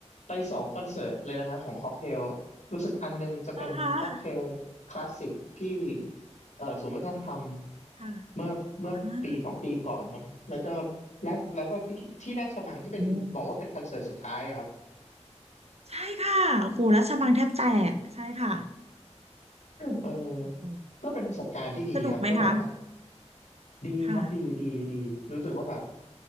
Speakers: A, on the left; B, on the right.
A: ไปสองคอนเสิร์ตเลยนะฮะของค็อกเทลรู้สึกอันนึงจะเป็นค็อกเทลคลาสสิกที่
B: นะคะ
A: เอ่อศูนย์วัฒนธรรม
B: ค่ะ
A: เมื่อเมื่อปีสองปีก่อนมั้งแล้วก็
B: อ่า
A: และแล้วก็ที่ที่ราชมังที่เป็นบอกว่าเป็นคอนเสิร์ตสุดท้ายอะครับ
B: โอ้ใช่ค่ะโอ้โหรัชมังแทบแตกใช่ค่ะ
A: <laughs> เออ
B: โอ้โห
A: ก็เป็นประสบการณ์ที่ดีครับก็แบบว่า
B: สนุกไหมคะ
A: ดีครับดีดีดีรู้สึกว่าแบบ
B: ค่ะ